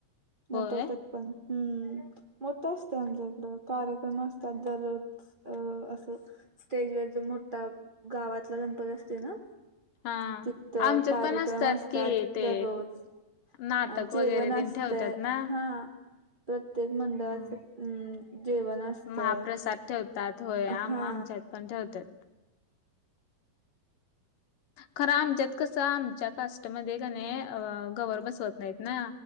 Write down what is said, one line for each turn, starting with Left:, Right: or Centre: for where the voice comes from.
Left: होय
Right: नटवतात पण हम्म मोठं असते आमच्याइकडं कार्यक्रम असतात दररोज. अ असं स्टेजवर जो मोठा गावातला गणपती असते ना.
Left: हा
Right: तिथं
Left: आमच्यात
Right: कार्यक्रम
Left: पण
Right: असतात
Left: कि ते
Right: दररोज.
Left: नाटक
Right: अ जेवण
Left: वगैरे तेन
Right: असतं
Left: ठेवतात ना
Right: हा. प्रत्येक मंडळाचं
Left: हम्म
Right: अं जेवण असतंय.
Left: महाप्रसाद ठेवतात होय, आम
Right: हा
Left: आमच्यात पण ठेवत्यात. खरं आमच्यात कसं आमच्या कास्टमध्ये क नी गवर बसवत नाहीत ना,